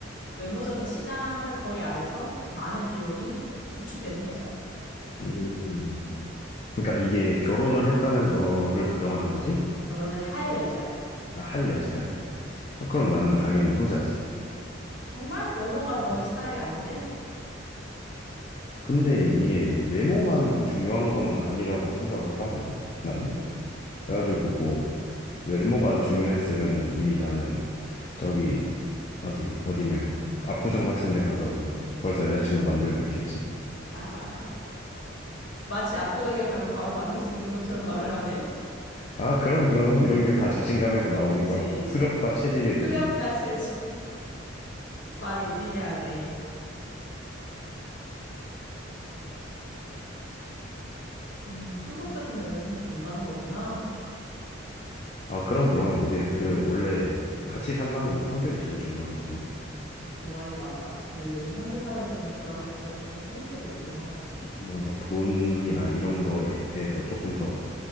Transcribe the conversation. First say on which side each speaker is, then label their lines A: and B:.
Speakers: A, on the left; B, on the left.
A: 외모적인 치장을 거의 안 해서 많은 비용이 저축되는 여자.
B: 응. 그러니까 이게 결혼을 했다는 거를 가정하는 거지?
A: 결혼을 할 여자야.
B: 아, 할 여자야? 아, 그럼 나는 당연히 후자지.
A: 정말 외모가 너의
B: 음.
A: 스타일이 아닌데?
B: 근데 이게 외모만 중요한 거는 아니라고 생각을 하거든, 나는.
A: 음.
B: 그래가지고 뭐, 외모가 중요했으면은 이미 나는 저기, 어디, 어디냐. 압구정 같은 데 가서 벌써 여자친구 만들고 있겠지.
A: <laughs> 마치 압구정에 가면 바로 만들 수 있는 것처럼 말을 하네.
B: 아, 그럼, 그럼. 이런 게 다 자신감에서 나오는
A: 그치.
B: 거라고. 수렵과 채집의
A: 수렵까지
B: 기본.
A: 해지 <laughs> 말을 웃기게 하네. 음, 성격적인 면을 좀 더 본다는 거구나.
B: 아, 그럼, 그럼. 이제 그 원래 같이 살려면 성격이 제일 중요한 거지.
A: 너
B: 음.
A: 말이 맞아. 근데 요즘
B: 음.
A: 현대사회에서는 그런 가치가 조금 퇴색되고 있긴 하잖아.
B: 뭔가 돈이나 이런 거에 대해서 조금 더